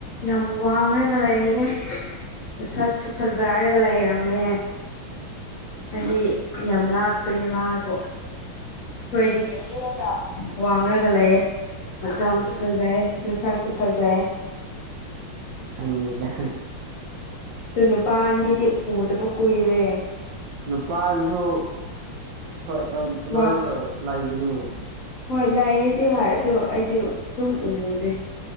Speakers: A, on the left; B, on the right.
A: ꯌꯥꯝ ꯋꯥꯡꯔꯒ ꯂꯩꯔꯦ ꯃꯁꯛꯁꯨ ꯐꯖꯔꯒ ꯂꯩꯔꯝꯃꯦ ꯍꯥꯏꯗꯤ ꯌꯥꯝ ꯉꯥꯛꯄꯅꯦ ꯃꯥꯕꯨ ꯑꯈꯣꯏꯗꯒꯤ ꯍꯦꯟꯅ ꯋꯥꯡꯔꯒ ꯂꯩꯌꯦ ꯃꯁꯝꯁꯨ
B: ꯎꯝ
A: ꯐꯖꯩ ꯃꯁꯛ ꯁꯨ ꯐꯖꯩꯌꯦ
B: ꯈꯪꯉꯤꯗ ꯍ
A: ꯑꯗꯨ ꯅꯨꯄꯥ ꯑꯅꯤꯗꯤ ꯎꯗꯕ ꯀꯨꯏꯔꯦ
B: ꯅꯨꯄꯥꯗꯨꯁꯨ ꯁ꯭ꯋꯥꯏꯠ ꯑꯝ ꯑꯗꯨꯋꯥꯏꯗ
A: ꯋꯥꯡ
B: ꯂꯧ ꯂꯩꯕꯅꯦ
A: ꯍꯣꯏ ꯂꯩꯌꯦꯗꯤ ꯍꯥꯏ ꯑꯗꯨ ꯑꯩꯗꯤ ꯇꯨꯝ ꯎꯗꯦ